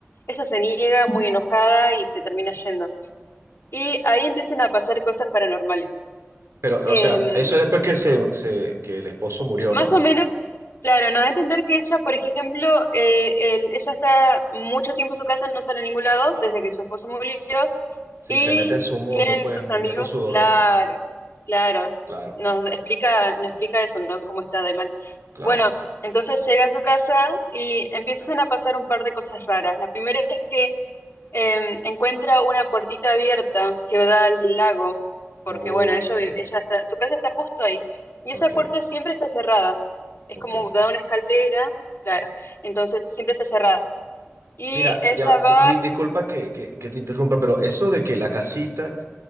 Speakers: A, on the left (about 60°); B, on the right (about 85°).
A: Ella se niega muy enojada y se termina yendo. Y ahí empiezan a pasar cosas paranormales.
B: Pero,
A: Em,
B: o sea, eso es después que, se, se- que el esposo murió,
A: más
B: ¿no?
A: o menos Claro, nos da a entender que ella, por ejemplo, eh, el- ella está mucho tiempo en su casa, no sale a ningún lado, desde que su esposo murió,
B: Sí,
A: Y
B: se mete en su mundo,
A: tienen
B: pues,
A: sus amigos,
B: viviendo su dolor.
A: claro, claro.
B: Claro,
A: Nos explica, nos explica eso, ¿no? Cómo está de mal.
B: claro.
A: Bueno, entonces llega a su casa y empiezan a pasar un par de cosas raras. La primera es que eh, encuentra una puertita abierta que da al lago, porque
B: Oh,
A: bueno, ella, vi- ella está, su casa está justo ahí. Y
B: ok,
A: esa puerta siempre está cerrada. Es
B: ok.
A: como da una escalera, claro. Entonces siempre está cerrada. Y
B: Mira,
A: ella
B: ya, di-
A: va,
B: di- disculpa que, que- que te interrumpa, pero eso de que la casita